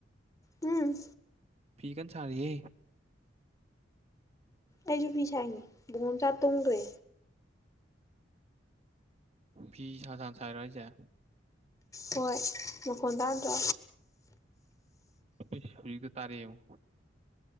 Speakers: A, on the left; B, on the right.
A: ꯎꯝ
B: ꯐꯤ ꯀꯟ ꯁꯥꯔꯤꯌꯦ
A: ꯑꯩꯁꯨ ꯐꯤ ꯁꯥꯏꯅꯦ ꯕꯨꯡꯉꯣꯝꯆꯥ ꯇꯨꯝꯈ꯭ꯔꯦ
B: ꯐꯤ ꯁꯥꯁꯥꯅ ꯁꯥꯏꯔꯣ ꯍꯥꯏꯁꯦ
A: ꯍꯣꯏ ꯃꯈꯣꯟ ꯇꯥꯗ꯭ꯔꯣ
B: ꯏꯁ ꯍꯧꯖꯤꯛꯇ ꯇꯥꯔꯛꯑꯦꯉꯣ